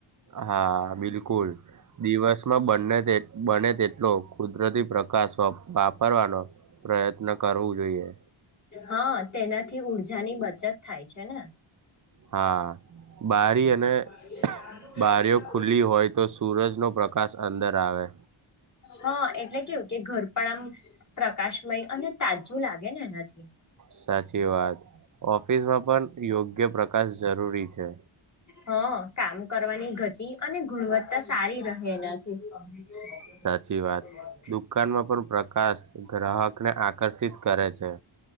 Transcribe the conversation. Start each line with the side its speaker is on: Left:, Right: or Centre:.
Right: હા બિલકુલ દિવસમાં બંને તે બને તેટલો કુદરતી પ્રકાશ વપ વાપરવાનો પ્રયત્ન કરવુ જોઈએ
Left: હા તેનાથી ઊર્જાની બચત થાય છે, ને
Right: હા બારી
Left: <inaudible>
Right: અને બારીઓ ખુલ્લી હોય તો સૂરજનો પ્રકાશ અંદર આવે
Left: હા એટલે કેવું કે ઘર પણ આમ પ્રકાશમય અને તાજું લાગે ને એનાથી
Right: સાચી વાત ઓફિસમાં પણ યોગ્ય પ્રકાશ જરૂરી છે.
Left: હ કામ કરવાની ગતિ અને ગુણવત્તા સારી રહે એનાથી <inaudible>
Right: સાચી વાત. દુકાનમાં પણ પ્રકાશ ગ્રાહકને આકર્ષિત કરે છે.